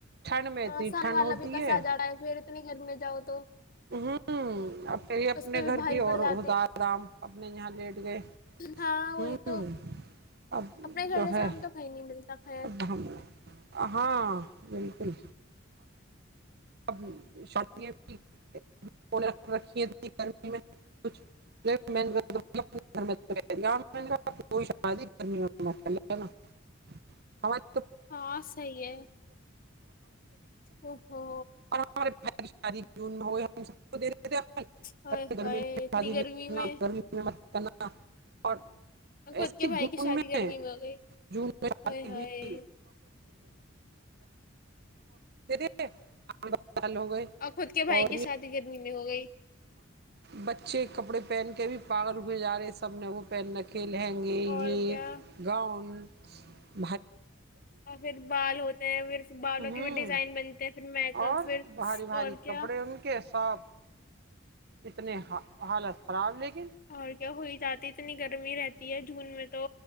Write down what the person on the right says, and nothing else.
ٹھنڈ میں اتنی
ٹھنڈ
ہوتی
ہے
ہمم اب یہ اپنے
گھر
پے ہی ہوتا
ہے آرام میں یہاں لیٹ گئے
ہوں
اب
جو
ہے
اب ہم ہاں بالکل <unintelligible> <unintelligible>
اور ہمارے بہ کی شادی جون میں ہوئے ہم گرمی
میں
شادی نہیں
کرنا
گرمی میں کرنا اور
ایسے
جون
میں
جون میں شی
بھی ب <inaudible> آ ب سال ہو گئے
اور
بچے کپڑے پہن کے بھی پاگل رے جا رہے سب نے وہ پہن رکھ کے لہیںنگے یہ
گاؤن <inaudible>
ہوں اور بھاری بھاری کپڑے <inaudible> <unintelligible>